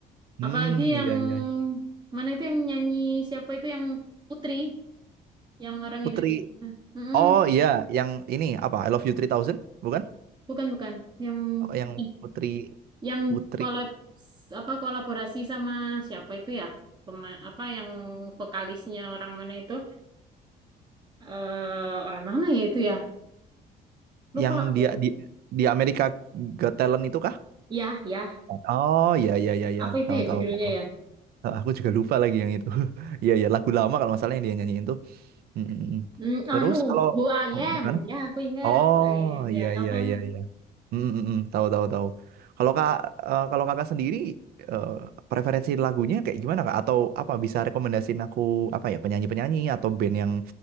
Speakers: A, on the right (about 65°); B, on the right (about 25°).
A: Hmm,
B: apalagi yang
A: iya iya.
B: mana itu yang nyanyi siapa itu yang Putri. yang orang
A: Putri.
B: Indonesia. Nah, Mm-mm.
A: Oh iya, yang ini apa? I Love You 3000, bukan?
B: Bukan bukan yang
A: Oh, yang
B: eh,
A: Putri
B: yang
A: Putri
B: kolab apa kolaborasi sama siapa itu ya? Pema- apa yang vokalisnya orang mana itu? Eh, orang mana ya itu ya? Lupa
A: yang
B: aku.
A: dia di di Amerika Got Talent itu kah?
B: Ya, ya.
A: Oh iya iya iya iya,
B: Apa itu
A: tahu
B: ya
A: tahu.
B: judulnya
A: tahu.
B: ya?
A: Ah, Aku juga lupa lagi yang itu. <laughs> Iya ya lagu lama kalau masalah yang dia nyanyiin tuh. Mm, mm, mm.
B: Hmm, anu,
A: Terus kalau
B: Who I
A: oh,
B: Am.
A: gimana?
B: Ya, aku inget.
A: Oh
B: Who I Am.
A: iya
B: Ya, tahu
A: iya
B: kan?
A: iya iya. Mm, mm, mm. Tahu tahu tahu. Kalau kak eh, kalau kakak sendiri eh, preferensi lagunya kayak gimana kak? Atau apa bisa rekomendasiin aku apa ya penyanyi penyanyi atau band yang